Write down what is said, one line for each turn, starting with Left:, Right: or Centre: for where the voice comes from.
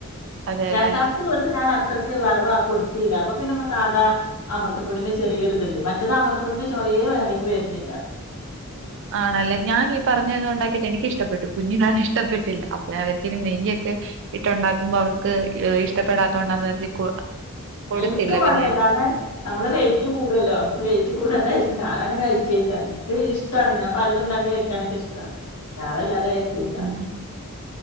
Right: അതെല്ലെ
Left: രണ്ടാമത്തെ ദിവസം ഞാനത് ഇത്രക്ക് വറവാ കൊടുത്തീല്ല. അപ്പൊ പിന്നെ നമ്മ സാധാ അമൃതപ്പൊടിന്റെ ചെറിയൊരു ഇതുണ്ട്. മറ്റത് അമൃതപ്പൊടിന്റെ ചൊയേ വായിക്ക് വര്ന്നില്ല.
Right: ആണല്ലേ? ഞാനീ പറഞ്ഞത് ഒണ്ടാക്കിയിട്ട് എനിക്കിഷ്ടപ്പെട്ടു കുഞ്ഞിനാണേ ഇഷ്ടപ്പെട്ടില്ല. അപ്പൊ ഞാൻ വിചാരിച്ചു ഇനി നെയ്യൊക്കെ ഇട്ടുണ്ടാക്കുമ്പോൾ അവൾക്ക് ഇഷ്ടപ്പെടാത്തോണ്ടാന്ന് കരുതി കൊ കൊടുത്തില്ല
Left: എനിക്ക് വേണ്ടെ.
Right: പിന്നെ
Left: കാരണം, നമ്മളെ വെയിറ്റ് കൂടുവല്ലോ? വെയിറ്റ് കൂടണ്ടാച്ച് ഞാനങ്ങനെ കയി ക്കില്ല. ഇക്ക് ഇഷ്ടാണ്. ഞാൻ പലതുംണ്ടാക്കി കഴിക്കാനൊക്കെ ഇഷ്ടാ. ഞാൻ അല്ലാതെ കഴി ക്കൂല.
Right: ഉം